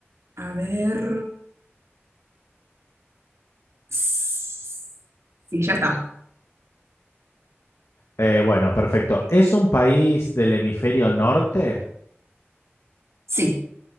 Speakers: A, on the right (about 85°); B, on the left (about 85°).
A: A ver. Sí, ya está.
B: Eh, bueno, perfecto. ¿Es un país del hemisferio norte?
A: Sí.